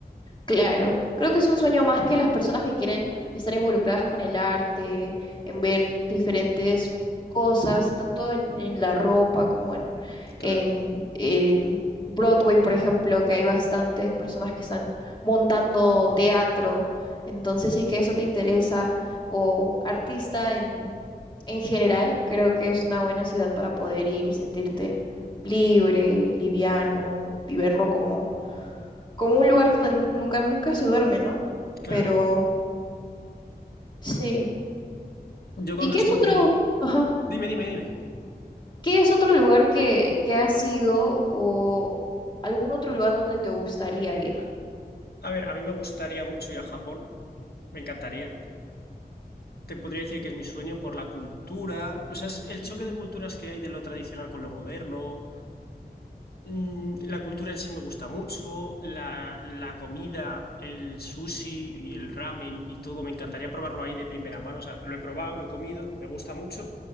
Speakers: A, on the left; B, on the left.
A: Claro, creo que es un sueño más que las personas que quieren estar involucradas con el arte, en ver diferentes cosas, tanto en, en la ropa como en,
B: Claro,
A: en, en Broadway, por ejemplo, que hay bastantes personas que están montando teatro. Entonces, si es que eso te interesa, o artista en, en general, creo que es una buena ciudad para poder ir y sentirte libre y liviano y verlo como como un lugar donde nunca, nunca se duerme, ¿no?
B: claro.
A: Pero sí.
B: Yo cuando
A: ¿Y qué
B: estuve...
A: es otro, ajá,
B: Dime, dime, dime.
A: qué es otro lugar que, que has ido o algún otro lugar donde te gustaría ir?
B: A ver, a mí me gustaría mucho ir a Japón, me encantaría. Te podría decir que es mi sueño por la cultura, o sea, es el choque
A: Ujú.
B: de culturas que hay de lo tradicional con lo moderno. Mm, la cultura en sí me gusta mucho, la, la comida, el sushi y el ramen y todo, me encantaría probarlo ahí de primera mano. O sea, lo he probado, lo he comido, me gusta mucho.